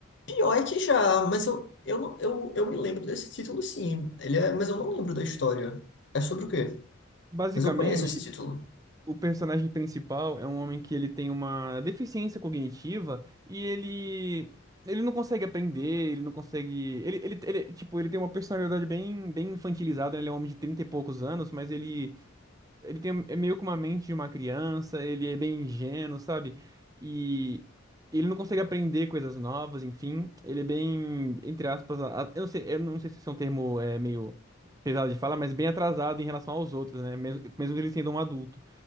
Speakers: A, on the left; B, on the right.
A: Pior é que já, mas eu, eu, não, eu, eu me lembro desse título, sim. Ele é, mas eu não lembro da história. É sobre o quê?
B: Basicamente,
A: Mas eu conheço esse título.
B: o personagem principal é um homem que ele tem uma deficiência cognitiva e ele ele não consegue aprender, ele não consegue, ele, ele, ele- tipo, ele tem uma personalidade bem bem infantilizada, ele é um homem de 30 e poucos anos, mas ele ele tem é meio que uma mente de uma criança, ele é bem ingênuo, sabe? E ele não consegue aprender coisas novas, enfim, ele é bem, entre aspas, a- a- eu não sei, eu não sei se esse é um termo é meio pesado de falar, mas bem atrasado em relação aos outros, né? Mesmo, mesmo ele sendo um adulto.